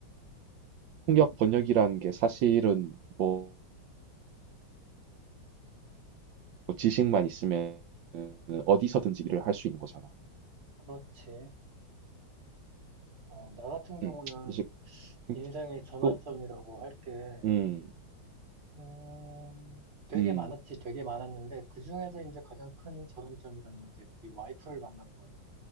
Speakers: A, on the right; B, on the right.
A: 통역 번역이라는 게 사실은 뭐, 지식만 있으면 어디서든지 일을 할 수 있는 거잖아.
B: 그렇지. 어, 나 같은 경우는
A: 음. 이제 음
B: 인생의 전환점이라고
A: 그거
B: 할 게,
A: 음.
B: 음, 되게
A: 음.
B: 많았지, 되게 많았는데, 그 중에서 이제 가장 큰 전환점이라면 이제 우리 와이프를 만난 거를